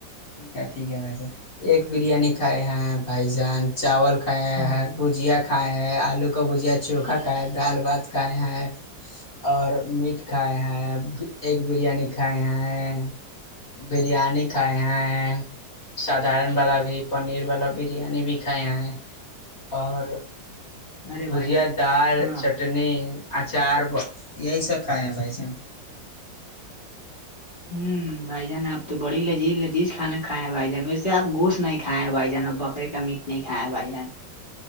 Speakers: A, on the left; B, on the left.
A: ٹھیک ہے ٹھیک ہے بھائی جان ایک بریانی کھائے ہیں بھائی جان چاول کھایایا
B: ہاں
A: ہے بھجیا کھائے ہیں آلو کا بھجیا چوکھا کھاائے ہے دال بھات کھائے ہیں اور میٹ کھائے ہیں ایکگ بریانی کھائے ہیں بریانی کھائے ہیں سدھارن والا بھی پنیر والا بریانی بھی کھاائے ہیں اور
B: ارے
A: بھجیا
B: بھائی جان
A: دال
B: ہاں
A: چٹنی اچار یہی سب کائے ہیں بھائی جن
B: ہوں بھائی جان آپ تو بڑی لذیذ لذیذ کھا کھائے ہیں بھائی جان ویس آپ گوش نہیں کھائے ہیں بھائی جان اب ب بکرے کا میٹ نہیں کھایا بھائی جان